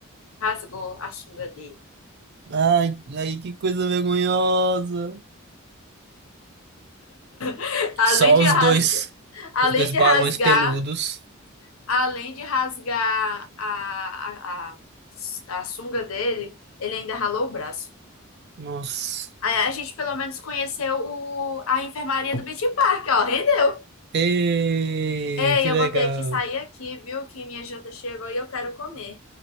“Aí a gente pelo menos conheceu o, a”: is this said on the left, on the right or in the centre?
Left